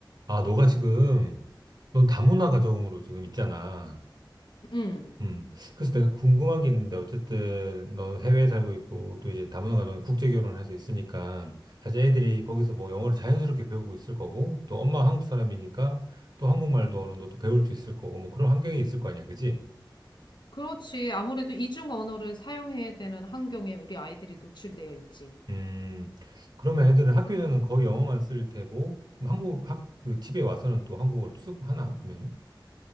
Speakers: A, on the right; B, on the left.
A: 아, 너가 지금, 넌 다문화 가정으로 지금 있잖아.
B: 음,
A: 음. 그래서 내가 궁금한 게 있는데, 어쨌든, 넌 해외에 살고 있고, 또 이제 다문화 가정에 국제 결혼을 해서 있으니까, 사실 애들이 거기서 뭐 영어를 자연스럽게 배우고 있을 거고, 또 엄마 한국 사람이니까, 또 한국말도 어느 정도 또 배울 수 있을 거고, 뭐 그런 환경에 있을 거 아니야, 그지?
B: 그렇지. 아무래도 이중 언어를 사용해야 되는 환경에 우리 아이들이 노출되어 있지.
A: 음. 그러면 애들은 학교에서는 거의 영어만 쓸 테고, 그럼 한국 학, 그 집에 와서는 또 한국어를 쓰고 하나? 그러면은?